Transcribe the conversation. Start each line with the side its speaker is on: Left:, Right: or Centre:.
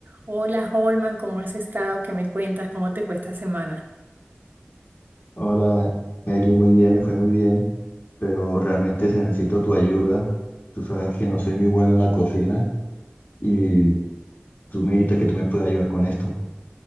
Right: Hola Holman, ¿cómo has estado? ¿Qué me cuentas? ¿Cómo te fue esta semana?
Left: Hola, Egli, muy bien, me fue muy bien, pero realmente se- necesito tu ayuda. Tú sabes que no soy muy bueno en la cocina y tú me dijiste que tú me puedes ayudar con esto.